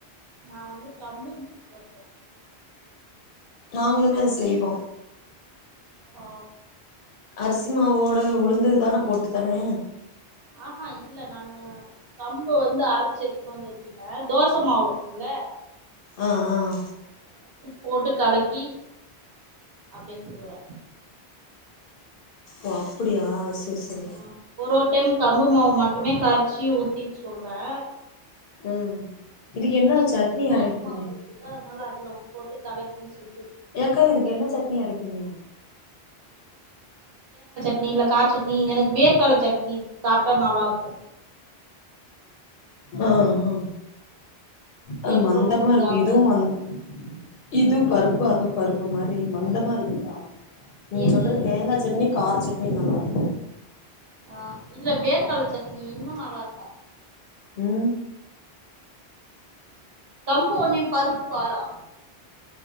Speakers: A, on the right (about 65°); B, on the left (about 60°).
A: நான் வந்து கம்பும் தோ
B: நாங்களுமே அதை செய்வோம்
A: ஓ
B: அரிசிமாவோட உளுந்துதானே போட்டு தானே
A: ஆஹா இல்ல நானு கம்ப வந்து அரைச்சு எடுத்துன்னு வந்து வச்சுப்பேன் தோசை மாவு இருக்கும்ல
B: ஆன் ஆன்
A: போட்டு கலக்கி அப்படியே சொல்லுவேன்
B: ஓ அப்படியா சரி சரி
A: ம் ஒரு ஒரு டைம் கம்பு மாவு மட்டுமே கரைச்சி ஊத்திட்டு சொல்றேன்
B: ம் இதுக்கு என்ன
A: இன்னைக்கு
B: சட்னி
A: வந்து அன்இன்டெலிஜபிள்
B: அரைப்பீங்க
A: அதனால அதுல உப்பு போட்டு கலக்கி சு
B: ஏக்கா இதுக்கு என்ன சட்னி அரைப்பீங்க
A: அன்இன்டெலிஜபிள் சட்னி எனக்கு வேர்கால சட்னி சாப்பிட்டா நல்லா இருக்கும்
B: ஆன் ஆ அது
A: எனக்கு
B: மந்தமா
A: ரொம்ப புடிக்கு
B: இருக்கு
A: அது
B: இதுவும் மந்த இது பருப்பு அதுவும் பருப்பு மாதிரி மந்தமா இருக்குக்கா நீங்க
A: எது
B: சொல்றது தேங்கா சட்னி கார சட்னி நல்லாயிருக்கும்
A: ஆஹ் இல்ல வேர்கல்ல சட்னி இன்னும் நல்லா இருக்கும்
B: உம்
A: தம்பு ஒன்னயே பருப்புப் பாரா